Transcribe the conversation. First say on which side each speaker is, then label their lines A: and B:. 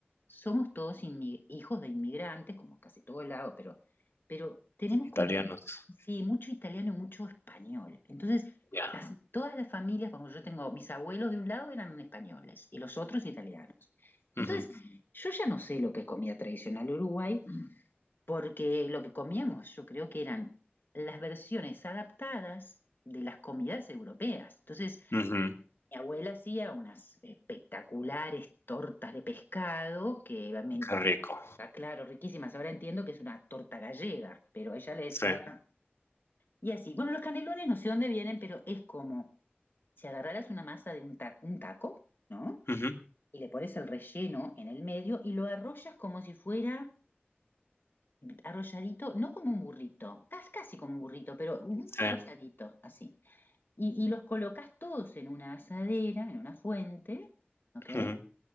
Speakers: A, on the left; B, on the left.
A: somos todos inmi- hijos de inmigrantes, como en casi todo el lado, pero, pero tenemos
B: italianos,
A: como, sí, mucho italiano y mucho español. Entonces,
B: ya.
A: casi todas las familias, como yo tengo, mis abuelos de un lado eran españoles y los otros italianos. Entonces,
B: Ujú,
A: yo ya no sé lo que es comida tradicional uruguay, porque lo que comíamos yo creo que eran las versiones adaptadas de las comidas europeas. Entonces,
B: ujú,
A: mi abuela hacía unas espectaculares tortas de pescado que, me-
B: qué rico,
A: ah, claro, riquísimas. Ahora entiendo que es una torta gallega, pero ella le decía...
B: sí,
A: Y así, bueno, los canelones no sé dónde vienen, pero es como si agarraras una masa de un, ta- un taco, ¿no?
B: ujú,
A: Y le pones el relleno en el medio y lo arrollas como si fuera arrolladito, no como un burrito, cas- casi como un burrito, pero un arrolladito,
B: sí.
A: así. Y, y los colocas todos en una asadera, en una fuente, ¿ok? E-
B: Ujú.